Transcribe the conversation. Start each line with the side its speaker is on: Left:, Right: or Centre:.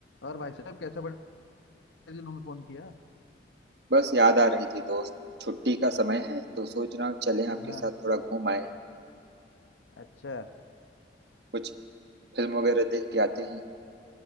Left: और भाई साहब कैसे बड़े दिनों में फोन किया
Right: बस याद आ रही थी दोस्त छुट्टी का समय है तो सोच रहा हूँ चलें आपके
Left: हाँ
Right: साथ थोड़ा घूम आए
Left: अच्छा
Right: कुछ फिल्म वगैरह देख के आते हैं